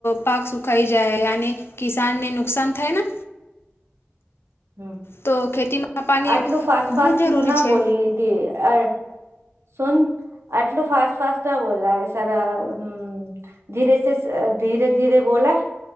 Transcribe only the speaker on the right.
હમ્મ,
આટલું ફાસ્ટ
ફાસ્ટ
ના
બોલી દી આ સુન આટલું ફાસ્ટ ફાસ્ટ ના બોલાય સારા હમ્મ. ધીરે સે ધીરે ધીરે બોલાય